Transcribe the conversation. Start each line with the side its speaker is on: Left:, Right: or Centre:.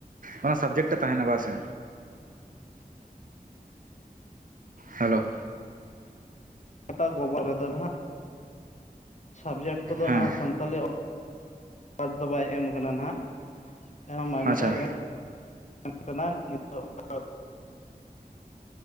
Right: ᱚᱱᱟ ᱥᱟᱵᱡᱮᱠᱴ ᱮ ᱛᱟᱦᱮᱱᱟ ᱵᱟ ᱥᱮ
Left: <unintelligible>
Right: ᱦᱮᱞᱳ
Left: ᱚᱴᱟ ᱜᱚᱵᱚᱨ ᱨᱮᱫᱚ ᱱᱟᱦᱟᱜ ᱥᱟᱵᱡᱮᱠᱴ ᱠᱚᱫᱚ
Right: ᱦᱮᱸ
Left: ᱱᱟᱦᱟᱜ ᱥᱟᱱᱛᱟᱞᱤ ᱠᱟᱨᱰ ᱫᱚ ᱵᱟᱭ ᱮᱢ ᱠᱟᱱᱟ ᱱᱟᱦᱟᱜ ᱢᱟᱭᱱᱚᱛᱟᱭ
Right: ᱟᱪᱪᱷᱟ
Left: ᱮᱢ ᱠᱟᱱᱟ ᱱᱤᱛᱚᱜ ᱫᱚ